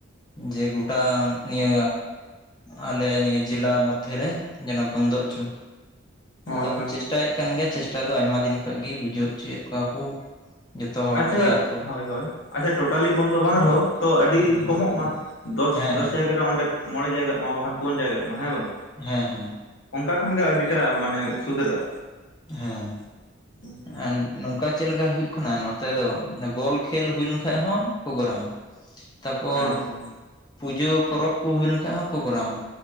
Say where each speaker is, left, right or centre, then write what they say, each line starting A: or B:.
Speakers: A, on the left; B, on the left.
A: ᱡᱮ ᱜᱚᱴᱟ ᱱᱤᱭᱟᱹ ᱟᱞᱮ ᱱᱤᱭᱟᱹ ᱡᱮᱞᱟ ᱢᱚᱫᱽᱫᱷᱮᱨᱮ ᱡᱮᱱᱚ ᱵᱚᱱᱫᱚ ᱦᱚᱪᱚ
B: ᱦᱳᱭ
A: ᱟᱫᱚ
B: ᱦᱳᱭ
A: ᱠᱚ ᱪᱮᱥ ᱴᱟᱭᱮᱫ ᱠᱟᱱ ᱜᱮᱭᱟ ᱪᱮᱥᱴᱟ ᱫᱚ ᱟᱭᱢᱟ ᱫᱤᱱ ᱠᱷᱚᱡ ᱜᱮ ᱵᱩᱡᱷᱟᱹᱣ ᱦᱚᱪᱚᱭᱮᱫ ᱠᱚᱣᱟ ᱠᱚ ᱡᱚᱛᱚ ᱦᱚᱲ
B: ᱟᱪᱪᱷᱟ
A: ᱜᱮ ᱟᱛᱩ
B: ᱦᱳᱭ ᱦᱳᱭ ᱟᱪᱪᱷᱟ ᱴᱳᱴᱟᱞᱤ ᱵᱚᱱᱫᱚ ᱵᱟᱝ ᱨᱮᱦᱚᱸ ᱛᱚ ᱟᱹᱰᱤ ᱠᱚᱢᱚᱜ ᱢᱟ ᱫᱚᱥ
A: ᱦᱮᱸ
B: ᱫᱚᱥ
A: ᱦᱮᱸ
B: ᱡᱟᱭᱜᱟ ᱨᱮ ᱚᱸᱰᱮ ᱢᱚᱬᱮ ᱡᱟᱭᱜᱟᱜ ᱢᱟ ᱵᱟᱠᱷᱟᱱ ᱯᱩᱱ ᱡᱟᱭᱜᱟᱜ ᱢᱟ ᱦᱮᱸ ᱵᱟᱝ
A: ᱦᱮᱸ ᱦᱮᱸ
B: ᱚᱱᱠᱟ ᱠᱷᱟᱱ ᱜᱮ ᱟᱹᱰᱤ ᱴᱟᱜ ᱢᱟᱱᱮ ᱥᱩᱫᱷᱟᱹᱨᱟᱹᱜ-ᱟ
A: ᱦᱮᱸ
B: <inaudible>
A: ᱟᱨ ᱱᱚᱝᱠᱟ ᱪᱮᱫ ᱞᱮᱠᱟ ᱦᱳᱭᱳᱜ ᱠᱟᱱᱟ ᱱᱚᱛᱮ ᱫᱚ ᱢᱟᱱᱮ ᱵᱚᱞ ᱠᱷᱮᱞ ᱦᱩᱭ ᱞᱮᱱ ᱠᱷᱟᱡ ᱦᱚᱸ ᱯᱨᱳᱜᱨᱟᱢ ᱛᱟᱯᱚᱨ
B: ᱟᱪᱪᱷᱟ
A: ᱯᱩᱡᱟᱹ ᱯᱚᱨᱚᱵ ᱠᱚ ᱦᱩᱭ ᱞᱮᱱᱠᱷᱟᱡ ᱦᱚᱸ ᱯᱨᱳᱜᱨᱟᱢ